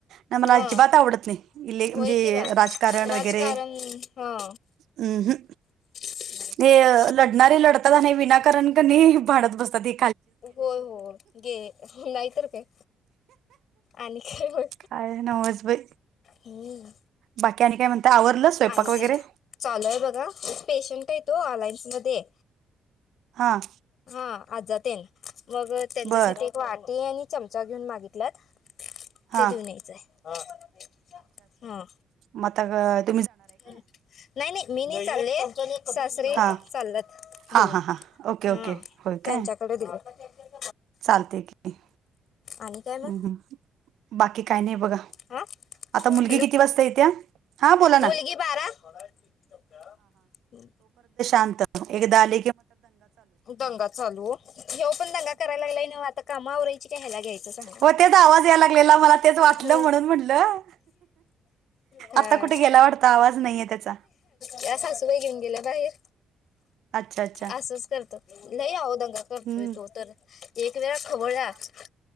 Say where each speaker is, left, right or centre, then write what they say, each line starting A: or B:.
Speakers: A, on the right; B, on the left.
A: नाही मला
B: हा
A: अजिबात आवडत नही. इले
B: होय
A: म्हणजे
B: की बा
A: हे राजकारण
B: राजकारण
A: वगैरे.
B: हा
A: ऊ हूं
B: नाहीतर
A: ते
B: काय
A: ल णारे लढतात आणि विनाकारण कणी भांडत बसतात ते.
B: हो हो गे नाहीतर काय. आणखी होय
A: काय नवच बाई
B: हूं!
A: बाकी आणि काय म्हणता आवरलं स्वयंपाक
B: आणि
A: वगैरे
B: ते नाही चालू आहे बघा पेशंट आहे तो अलायन्स मध्ये ये.
A: हां!
B: हा आज जातेन मग त्यांच्यासाठी
A: बर
B: वाटी आणि चमचा घेऊन मागितलात.
A: हां
B: ते देऊन यायचं आहे हा.
A: मा ता गळत.
B: नाही-नाही, मी नाही चालले सासरे
A: हां
B: चाललात घेऊन.
A: हां हां हां ओके
B: हा
A: ओके होय
B: त्यांच्याकडे
A: काय
B: दिलत.
A: चालते की.
B: आणि काय मग
A: हूं हूं बाकी काय नाही बघा,
B: हा
A: आता मुलगी
B: हॅलो
A: किती वाजता येत्या. हां बोला
B: मुलगी
A: ना
B: बारा हूं!
A: आणतात एकदा आली
B: दंगा चालू ओ. हे पण दंगा करायला लागलाय ना आता कामावरराय का हयला घ्यायचं सांग
A: व तेच आवाज याय लागलेला मला तेच वाटलं
B: हो
A: म्हणून म्हटलं
B: हा
A: आता कुठे गेला वाटत आवाज नाहीये त्याचा
B: या सासू बाई घेऊन गेल्या बाहेर
A: अच्छा अच्छा
B: असंच करत लय आहो दंगा करतोय
A: हम्म
B: तो तर एक वेळ खवळला आहे